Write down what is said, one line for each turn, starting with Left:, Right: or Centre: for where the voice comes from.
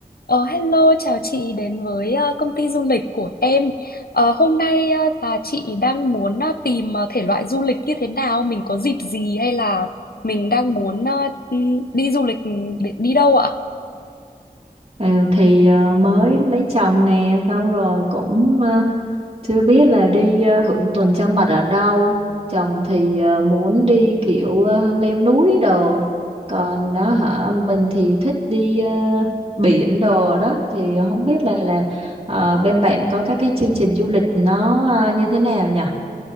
Left: Ờ, hello, chào chị đến với ờ, công ty du lịch của em. Ờ, hôm nay ờ, là chị đang muốn ờ, tìm ờ, thể loại du lịch như thế nào, mình có dịp gì hay là mình đang muốn ờ, ừ, đi du lịch ừ, để đi đâu ạ?
Right: Ừ, thì ờ, mới lấy chồng nè xong rồi cũng ờ, chưa biết là đi ờ, hưởng tuần trăng mật ở đâu chồng thì ờ, muốn đi kiểu ờ, leo núi đồ còn nó hả mình thì thích đi ờ, biển đồ đó thì không biết là là ờ, bên bạn có các cái chương trình du lịch nó ờ, như thế nào nhỉ